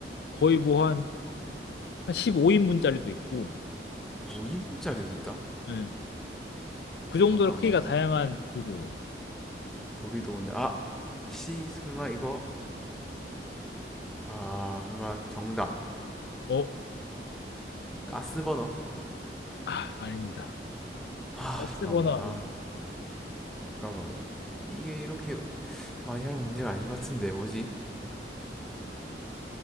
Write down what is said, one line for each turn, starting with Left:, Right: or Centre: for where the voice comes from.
Left: 거의 뭐 한, 한 15인분짜리도 있고
Centre: 인분짜리도 있다.
Left: 네. 그 정도로
Centre: 잠깐만
Left: 크기가 다양한 도구예요.
Centre: 조리도 온데 아 혹시 설마 이거 아 설마 정답
Left: 어,
Centre: 가스버너?
Left: 아, 아닙니다.
Centre: 아
Left: 가스버너
Centre: 잠깐만
Left: 아닙니다.
Centre: 아 잠깐만 이게 이렇게 많이 할 문제가 아닌 것 같은데 뭐지?